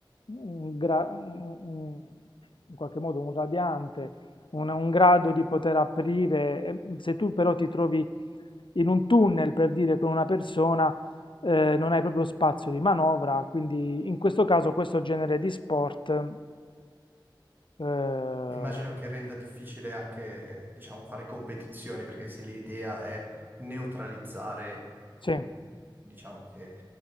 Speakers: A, on the left (about 75°); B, on the right (about 25°).
A: un gra- un- un- in qualche modo un radiante una- un grado di poter aprire. e, mm, Se tu però ti trovi in un tunnel per dire con una persona, eh, non hai proprio spazio di manovra, quindi in questo caso questo genere di sport, eh,
B: Immagino che renda difficile anche, diciamo, fare competizioni, perché se l'idea è neutralizzare,
A: sì,
B: mh, diciamo che